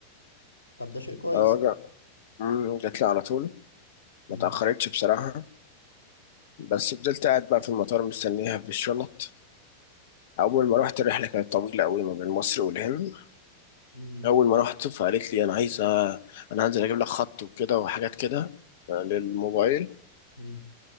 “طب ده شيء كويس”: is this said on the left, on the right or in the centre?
Left